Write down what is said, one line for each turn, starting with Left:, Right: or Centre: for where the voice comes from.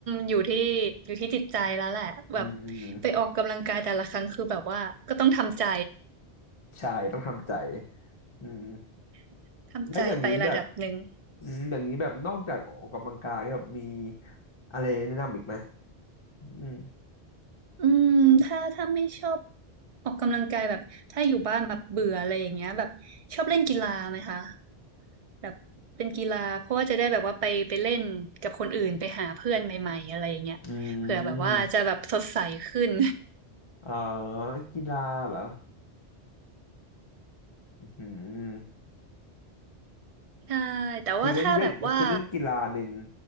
Right: อยู่ที่อยู่ที่จิตใจแล้วแหละแบบ
Left: อืม
Right: ไปออกกำลังกายแต่ละครั้งคือแบบว่าก็ต้องทำใจ
Left: ใช่ต้องทำใจอืม
Right: <laughs> ทำใจไประดับหนึ่ง
Left: แล้วอย่างนี้แบบอืมอย่างนี้แบบนอกจากออกกำลังกายแบบมีอะไรแนะนำอีกไหมอืม
Right: อืมถ้าถ้าไม่ชอบออกกำลังกายแบบถ้าอยู่บ้านแบบเบื่ออะไรอย่างเงี้ยแบบชอบเล่นกีฬาไหมคะแบบเป็นกีฬาเพราะว่าจะได้แบบว่าไปไปเล่นกับคนอื่นไปหาเพื่อนใหม่ๆอะไรอย่างเงี้ยเผื่อแบบว่าจะแบบสดใสขึ้น
Left: อืมเอ่อกีฬาเหรออืม
Right: <laughs> ใช่แต่ว่าถ้าแบบว่า
Left: คือเล่นเล่นคือเล่นกีฬาหนึ่ง